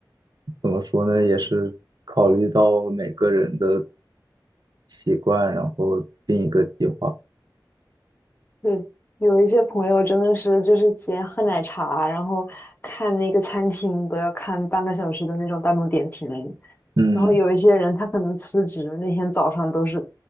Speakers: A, on the right (about 60°); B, on the left (about 25°).
A: 怎么说呢，也是考虑到每个人的习惯，然后定一个计划。
B: 对，有一些朋友真的是就是先喝奶茶，然后看那个餐厅都要看半个小时的那种大众点评，
A: 嗯，
B: 然后有一些人他可能辞职那天早上都是